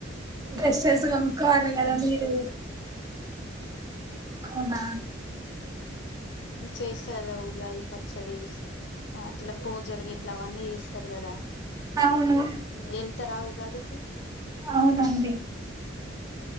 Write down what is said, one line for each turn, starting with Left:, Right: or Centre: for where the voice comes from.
Right: డ్రెసెస్ కొనుకోవాలా కదా మీరు అవునా
Left: ఉమ్ చేస్తార గాదా ఊగాది పచ్చడి అట్లా పూజలు ఇట్లావన్నీ చేస్తారు కదా
Right: అవును
Left: వెళ్తరా ఉగాదికి
Right: అవునండి.